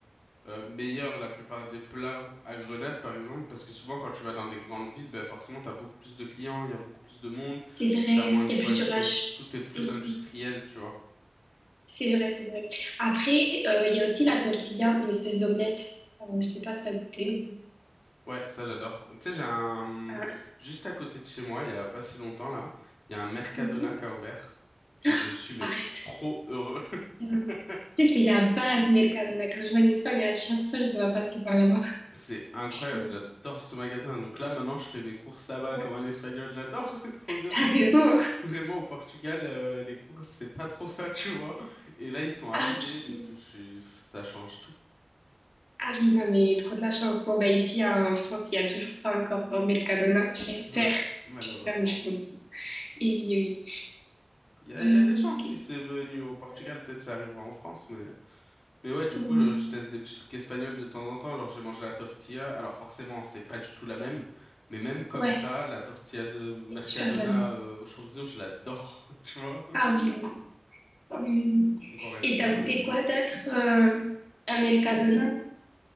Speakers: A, on the left; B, on the left.
A: euh, meilleur la plupart des plats à Grenade, par exemple, parce que souvent quand tu vas dans des grandes villes, ben forcément, t'as beaucoup plus de clients, il y a beaucoup plus de monde,
B: C'est vrai,
A: t'as moins de
B: il y
A: choix
B: a plus
A: et
B: de
A: tout,
B: rush.
A: donc tout est plus
B: Mhm.
A: industriel, tu vois.
B: C'est vrai, c'est vrai. Après, euh, il y a aussi la tortilla, une espèce d'omelette. Euh, je sais pas si t'as goûté ou pas.
A: Ouais, ça j'adore. Tu sais, j'ai un...
B: Ah,
A: Juste à côté de chez moi, il y a pas si longtemps là, il y a un Mercadona
B: mhm.
A: qui a ouvert
B: <gasps>
A: et je suis mais
B: Arrête.
A: trop heureux. <laughs>
B: Hum, Tu sais, c'est la base, Mercadona. Quand je vais en Espagne, à chaque fois, je dois passer par là-bas.
A: C'est incroyable,
B: Et,
A: j'adore ce magasin. Donc là, maintenant, je fais mes courses là-bas
B: ouais,
A: comme un Espagnol. J'adore, <laughs> c'est trop bien
B: T'as
A: parce
B: raison.
A: que vraiment au Portugal, euh, les courses, c'est pas trop ça, <laughs> tu vois. Et là, ils sont arrivés,
B: Ah oui.
A: donc je suis- ça change tout.
B: Ah oui, non, mais trop de la chance. Bon, bah, ici, en France, il n'y a toujours pas encore euh, Mercadona. J'espère.
A: Ouais, malheureusement.
B: J'espère, mais je pense. Et oui,
A: Il y a,
B: eh
A: il
B: oui.
A: y a des chances si c'est venu au Portugal,
B: Euh,
A: peut-être ça arrivera en France, mais mais ouais, du
B: ouais.
A: coup, euh, je teste des petits trucs espagnols de temps en temps. Genre, j'ai mangé la tortilla. Alors forcément, c'est pas du tout la même. Mais même comme
B: Ouais,
A: ça, la tortilla de Mercadona
B: elle est super bonne.
A: euh, au chorizo, je l'adore, <laughs> tu vois.
B: Ah oui. Hum.
A: Donc en resto,
B: Et t'as
A: j'imagine
B: goûté quoi
A: même pas.
B: d'autre euh, à Mercadona?